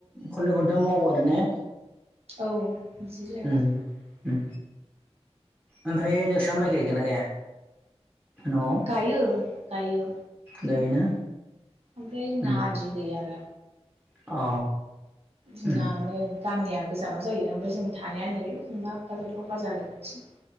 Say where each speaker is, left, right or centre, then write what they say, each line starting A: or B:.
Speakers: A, on the right (about 15°); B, on the right (about 65°).
A: खननै खनथाम मावो आरो ने
B: औ बिसि जायबा
A: उम उम ओमफाय नोंसा माइ गायगोन ना गाया न'आव
B: गायो गायो
A: गायोना
B: ओमफ्राय जोंना
A: उम
B: आदि होयो आरो
A: अ
B: बिना
A: उम
B: माने गामिया गोजानाव जायो ओमफाय जों थानाया नैबे जेनेबा काजलगाव बाजारनि खाथि